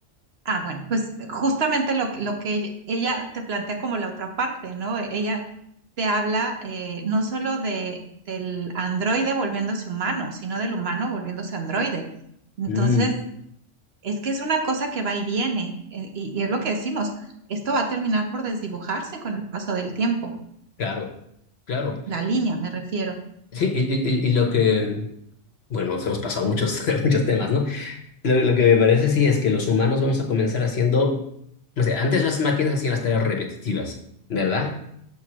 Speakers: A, on the right; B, on the left.
A: Ah, bueno, pues justamente lo, que- lo que ella, ella te plantea como la otra parte, ¿no? Ella te habla eh, no solo de, del androide volviéndose humano, sino del humano volviéndose androide. Entonces,
B: Mm,
A: es que es una cosa que va y viene, eh, y, y es lo que decimos, esto va a terminar por desdibujarse con el paso del tiempo,
B: claro, claro.
A: la línea me refiero,
B: Sí, y, y- y- y lo que, bueno, nos hemos pasado muchos, <laughs> muchos temas, ¿no? Lo, lo que me parece sí es que los humanos vamos a comenzar haciendo, no sé, antes las máquinas hacían las tareas repetitivas, ¿verdad?